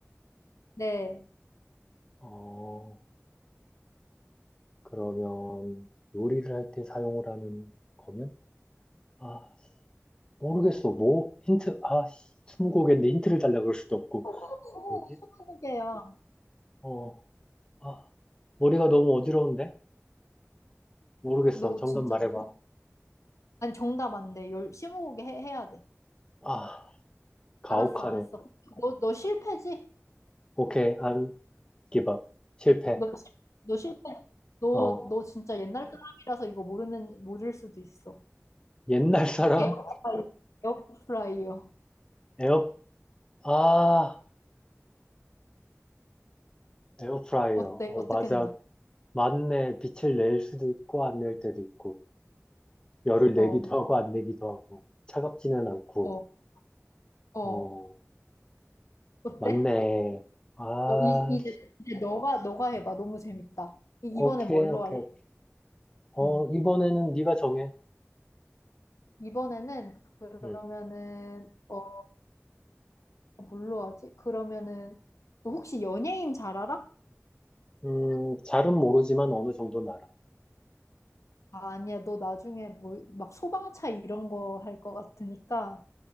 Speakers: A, on the left; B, on the left.
A: 네.
B: 어, 그러면 요리를 할 때 사용을 하는 거면? 아, 모르겠어. 뭐? 힌트, 아, 씨, 스무고개인데 힌트를 달라 그럴 수도 없고.
A: 소고개야
B: 뭐지? 어, 아, 머리가 너무 어지러운데? 모르겠어.
A: 너
B: 정답
A: 진짜
B: 말해봐.
A: 너, 아니 정답 안 돼. 열 스무고개 해, 해야 돼.
B: 아, 가혹하네.
A: 알았어, 알았어. 너, 너 실패지?
B: 오케이, 안 give up. 실패.
A: 너, 실- 너 실패. 너,
B: 어.
A: 너 진짜 옛날 사람이라서 이거 모르는 모를 수도 있어.
B: 옛날 사람?
A: 에어프라이어. 에어프라이어.
B: 에어, 아, 에어프라이어.
A: 어때?
B: 어,
A: 어떻게
B: 맞아.
A: 생각해?
B: 맞네. 빛을 낼 수도 있고, 안 낼 때도 있고. 열을 내기도
A: 어,
B: 하고, 안 내기도 하고. 차갑지는 않고.
A: 어, 어.
B: 어,
A: 어때?
B: 맞네. 아,
A: 어, 이, 이제, 이제 너가 너가 해봐. 너무 재밌다. 이-
B: 오케이,
A: 이번엔 뭘로
B: 오케이,
A: 할래?
B: 오케이. 어,
A: 응.
B: 이번에는 네가 정해.
A: 이번에는 그러면은
B: 음,
A: 어 뭘로 하지? 그러면은 너 혹시 연예인 잘 알아?
B: 음, 잘은 모르지만 어느 정도 알아.
A: 아, 아니야. 너 나중에 뭐 막 소방차 이런 거 할 것 같으니까